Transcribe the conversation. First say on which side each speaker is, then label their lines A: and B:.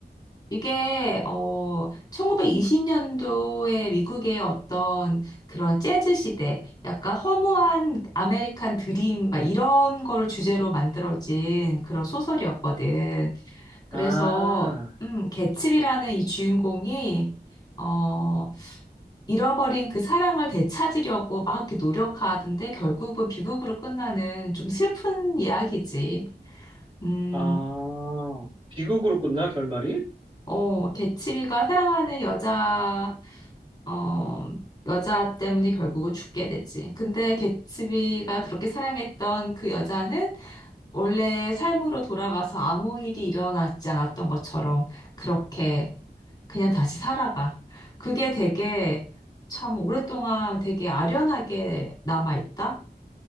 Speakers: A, on the left; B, on the right.
A: 이게 어 1920년도에 미국의 어떤 그런 재즈 시대, 약간 허무한 아메리칸 드림 막 이런 거를 주제로 만들어진 그런 소설이었거든. 그래서
B: 아,
A: 음 개츠비라는 이 주인공이 어 잃어버린 그 사랑을 되찾으려고 막 이렇게 노력하는데 결국은 비극으로 끝나는 좀 슬픈 이야기지. 음.
B: 아, 비극으로 끝나, 결말이?
A: 어, 개츠비가 사랑하는 여자 어, 여자 때문에 결국은 죽게 되지. 근데 개츠비가 그렇게 사랑했던 그 여자는 원래 삶으로 돌아가서 아무 일이 일어나지 않았던 것처럼 그렇게 그냥 다시 살아가. 그게 되게 참 오랫동안 되게 아련하게 남아있다.